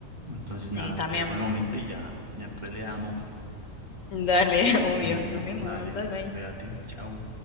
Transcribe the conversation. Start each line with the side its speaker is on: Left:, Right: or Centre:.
Right: Entonces,
Left: Sí,
Right: nada,
Left: también.
Right: te dejo de momento y ya, ya después le damos.
Left: Dale, <laughs> obvio.
Right: Listo,
Left: Nos vemos.
Right: dale,
Left: Bye bye.
Right: cuídate, chao.